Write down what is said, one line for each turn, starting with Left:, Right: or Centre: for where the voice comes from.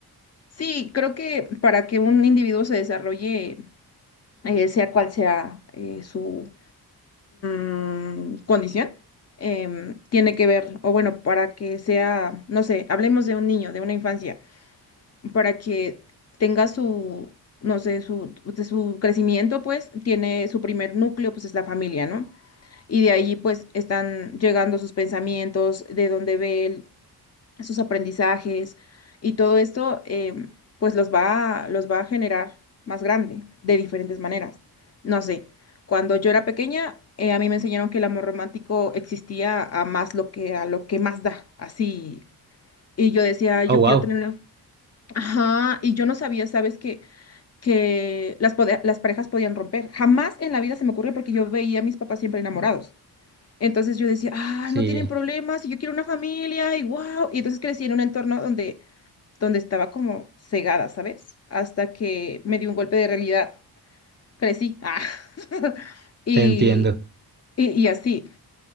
Left: Sí, creo que para que un individuo se desarrolle, eh, sea cual sea eh, su mm, condición, em, tiene que ver, o bueno, para que sea, no sé, hablemos de un niño, de una infancia. para que tenga su, no sé, su, de su crecimiento, pues tiene su primer núcleo, pues es la familia, ¿no? Y de ahí pues están llegando sus pensamientos, de dónde ve él, sus aprendizajes y todo esto em, pues los va, a- los va a generar más grande de diferentes maneras. No sé, cuando yo era pequeña, eh, a mí me enseñaron que el amor romántico existía a más lo que a lo que más da, así. Y yo decía, yo
Right: Oh, wow.
Left: quiero tener Ajá, y yo no sabía, ¿sabes? Que, que las, pode- las parejas podían romper. Jamás en la vida se me ocurrió porque yo veía a mis papás siempre enamorados. Entonces yo decía, ah,
Right: Sí,
Left: no tienen problemas, y yo quiero una familia, y wow. Y entonces crecí en un entorno donde, donde estaba como cegada, ¿sabes? Hasta que me dio un golpe de realidad. Crecí. Ah. <laughs> Y,
Right: te entiendo.
Left: y, y así.